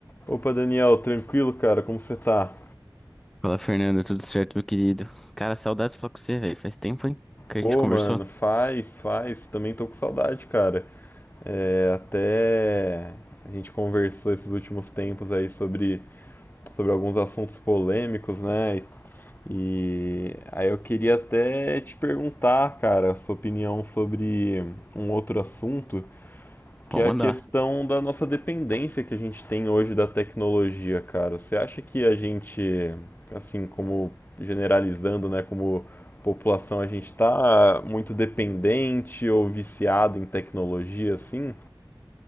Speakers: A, on the left; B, in the centre.
A: Opa, Daniel, tranquilo, cara? Como você tá?
B: Fala, Fernando, tudo certo, meu querido? Cara, saudades de falar com você, velho. Faz tempo, hein, que
A: Pô,
B: a gente conversou?
A: mano, faz, faz. Também tô com saudade, cara. É, até a gente conversou esses últimos tempos aí sobre, sobre alguns assuntos polêmicos, né? E aí eu queria até te perguntar, cara, a sua opinião sobre um outro assunto.
B: Pô,
A: que é
B: mandar.
A: a questão da nossa dependência que a gente tem hoje da tecnologia, cara. Você acha que a gente, assim, como generalizando, né, como população, a gente tá muito dependente ou viciado em tecnologia, assim?